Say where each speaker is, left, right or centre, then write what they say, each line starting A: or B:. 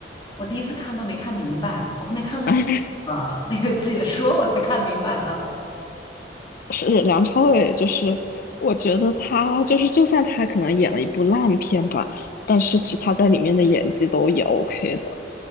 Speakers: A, on the left (about 25°); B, on the left (about 50°).
A: 我第一次看都没看明白，我后面看了几个那个解说我才看明白的。
B: <laughs> 是梁朝伟，就是我觉得他就是，就算他可能演了一部烂片吧，但是其他在里面的演技都也 OK 的。